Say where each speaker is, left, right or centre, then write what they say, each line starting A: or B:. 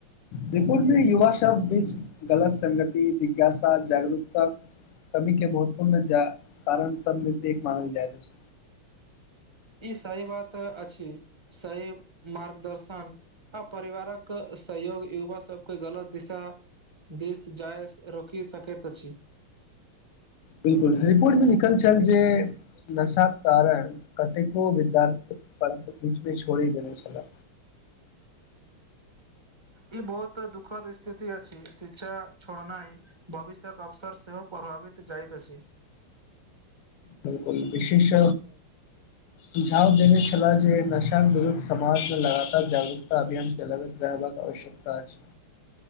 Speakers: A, on the left (about 85°); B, on the right (about 20°).
A: रिपोर्ट मे युवा सब बीच गलत संगति जिज्ञासा जागरूकता कमी के महत्वपूर्ण जा कारण सबमे से एक मानल जाय अछि।
B: ई सही बात अछि, सही मार्गदर्शन आ परिवारक सहयोग युवा सब क गलत दिशा दिस जाय स रोकि सकैत अछि
A: बिल्कुल रिपोर्टमे लिखल छल जे नशा कारण कतेको विद्यार्थी पढाइके बीचमे छोड़ि देने छले
B: ई बहुत दुःखद स्थिति अछि शिक्षा छोड़नाइ भविष्यक अवसर सेहो प्रभावित जाइत अछि
A: बिलकुल विशेष सुझाव देने छलाह जे नशाके विरुद्ध समाजमे लगातार जागरूकता अभियान चलब रहबाक आवश्यकता अछि